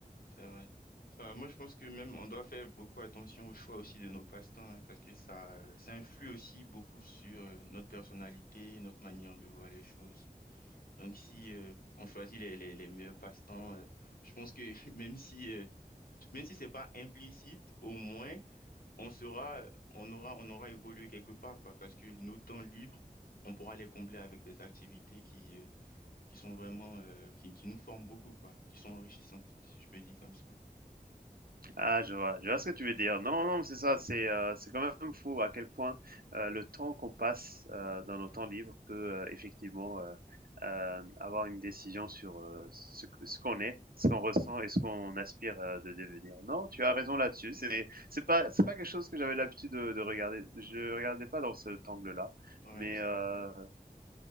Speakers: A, on the left; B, on the right.
A: C'est vrai. Bah, moi, je pense que même on doit faire beaucoup attention au choix aussi de nos passe-temps hein, parce que ça, euh, ça influe aussi beaucoup sur euh, notre personnalité, notre manière de voir les choses. Donc, si euh, on choisit les, les, les meilleurs passe-temps, euh, je pense que <laughs> même si, euh, même si c'est pas implicite, au moins on sera, on aura, on aura évolué quelque part, quoi, parce que nos temps libres, on pourra les combler avec des activités qui, euh, qui sont vraiment, euh, qui, qui nous forment beaucoup, quoi, qui sont enrichissantes, si je peux dire comme ça.
B: Ah, je vois, je vois ce que tu veux dire. Non, non, c'est ça, c'est, heu, c'est quand même fou à quel point, heu, le temps qu'on passe, heu, dans nos temps libres peut, heu, effectivement, heu, hem, avoir une décision sur, heu, ce q ce qu'on est, ce qu'on ressent et ce qu'on aspire, heu, de devenir. Non, tu as raison là-dessus, c'est c'est pas c'est pas quelque chose que j'avais l'habitude de de regarder. Je regardais pas dans cet angle-là,
A: Ouais,
B: mais
A: c'est
B: heu,
A: vrai.